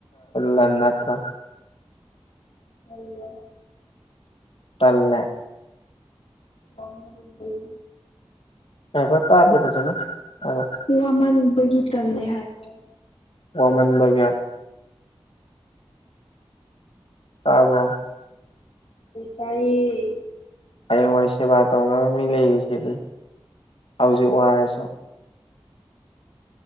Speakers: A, on the left; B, on the left.
A: ꯂꯟ ꯅꯠꯇ꯭ꯔꯣ
B: ꯎ
A: ꯇꯜꯂꯦ
B: ꯋꯥꯉꯔ ꯂꯩ
A: ꯌꯥ ꯀꯠꯇꯗꯕꯖꯅꯣ ꯍ
B: ꯋꯥ ꯃꯥꯡꯨꯅꯕꯒꯤ ꯇꯜꯂꯦ ꯍꯥꯏꯕꯣ
A: ꯋꯥꯃꯟ ꯒꯦ ꯇꯕ꯭ꯔꯣ
B: ꯇꯥꯏꯌꯦ
A: ꯍꯌꯦꯡꯋꯥꯏ ꯁꯦꯕꯥ ꯇꯧꯅꯕ ꯃꯤ ꯂꯩꯔꯤꯁꯤꯗꯤ ꯍꯧꯖꯤꯛ ꯋꯥꯔꯁꯨ